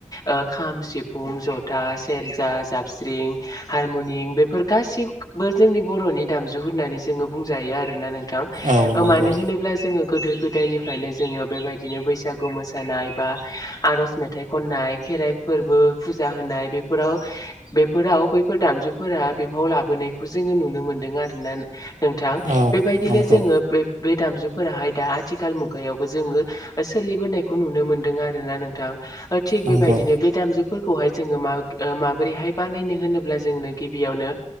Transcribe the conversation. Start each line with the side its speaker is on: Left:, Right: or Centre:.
Left: ओ खाम सिफुं जथा सेरजा जा बस्रिं हारमुनियम बेफोर गासिबखोबो जोंनि बर'नि दामजु होननानै जोङो बुंजायो आरोना नों थां
Right: औ नंगौ
Left: मानो होनोब्ला जोङो गोदो गोदायनिफ्रायनो जोङो बेबायदिनो बैसागु मोसानाय बा आर'ज मेथाइ खननाय खेराइ फोरबो फुजा होनाय बेफोराव बेफोराव बैफोर दामजुफोरा बिफाव लाबोनायखौ जोङो नुनो मोनदों आरोना नोंथां
Right: औ
Left: बेबायदिनो
Right: नंगौ
Left: जोङो बे बे दामजुफोराहाय दा आथिखाल मुगायावबो जोङो सोलिबोनायखौ नुनो मोनदों आरो ना नोंथां ओ थिग
Right: नंगौ
Left: बेबायदिनो बे दामजु फोरखौहाय जोङो मा ओ माबोरैहाय बानायनो होनोब्ला जोंनो गिबियावनो